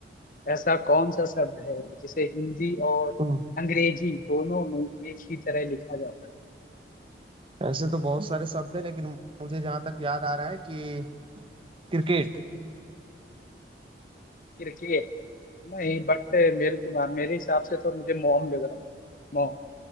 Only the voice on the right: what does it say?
हम्म,
ऐसे तो बहुत सारे शब्द हैं लेकिन मुझे जहाँ तक याद आ रहा है कि क्रिकेट